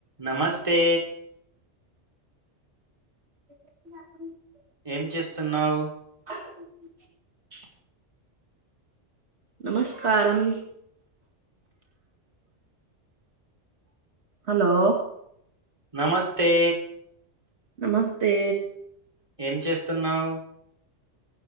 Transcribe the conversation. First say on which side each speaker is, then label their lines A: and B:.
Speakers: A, on the right; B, on the right.
A: నమస్తే
B: ఇ <unintelligible>
A: ఏం చేస్తున్నావు
B: <unintelligible> నమస్కారం హలో
A: నమస్తే
B: నమస్తే
A: ఏం చేస్తున్నావు